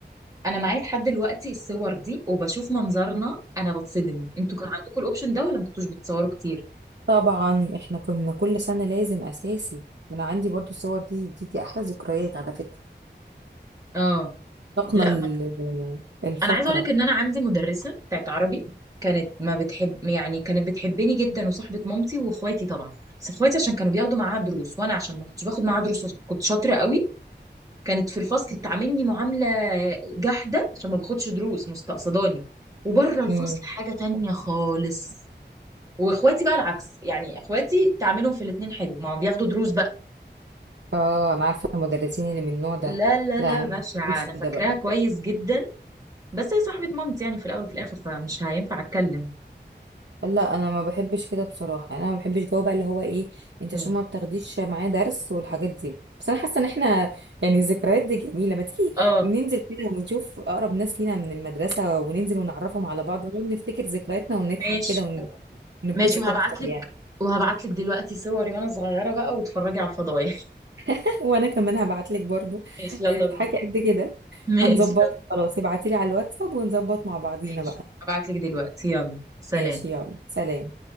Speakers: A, on the right (about 20°); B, on the right (about 80°).
A: انا معايا لحد دلوقتي الصور دي وبشوف منظرنا انا بتصدم انتوا كان عندكم الاوبشن ده ولا ما كنتوش بتصوروا كتير
B: طبعا احنا كنا كل سنة لازم اساسي انا عندي برضو الصور دي دي, دي احلى ذكريات على فكرة
A: اه
B: طاقنا
A: لا
B: ال- الفقرة
A: انا عايزه اقول لك ان انا عندي مدرسه بتاعت عربي كانت ما بتحب يعني كانت بتحبني جدا وصاحبه مامتي واخواتي طبعا بس اخواتي عشان كانوا بياخدوا معاها دروس وانا عشان ما كنتش باخد معاها دروس وعشان كنت شاطره قوي كانت في الفصل تعاملني معامله جحده عشان ما باخدش دروس مستقصداني وبره الفصل
B: امم
A: حاجه تانية خالص واخواتي بقى العكس يعني اخواتي تعاملهم في الاتنين حلو ما هم بياخدوا دروس بقى
B: اه انا عارفة المدرسين اللي من النوع ده
A: لا لا
B: لا
A: لا
B: انا ما
A: بشعه
B: بحبش
A: انا فاكراها
B: كده بقى
A: كويس جدا بس هي صاحبه مامتي يعني في الاول وفي الاخر فمش هينفع اتكلم
B: لا انا ما بحبش كده بصراحة يعني انا ما بحبش جو بقى اللي هو ايه انت
A: مم.
B: عشان ما بتاخديش معاه درس والحاجات دي بس انا حاسة ان احنا يعني الذكريات دي جميلة ما تيجي
A: اه
B: ننزل كده ونشوف اقرب ناس لينا من المدرسة وننزل ونعرفهم على بعض ونقعد نفتكر ذكرياتنا ونضحك
A: ماشي
B: كده نتبسط
A: ماشي وهبعت
B: اكتر
A: لك
B: يعني
A: وهبعت لك دلوقتي صوري وانا صغيرة بقى وتتفرجي على الفضايح <laughs>
B: <laughs> وانا كمان هبعت لك برضو
A: ماشي يلا
B: هتضحكي
A: بينا
B: قد كده
A: ماشي
B: هنظبطها
A: يلا.
B: خلاص ابعتي لي على الواتساب ونظبط مع بعضينا
A: ماشي
B: بقى
A: هبعت لك دلوقتي يلا سلام
B: ماشي يلا سلام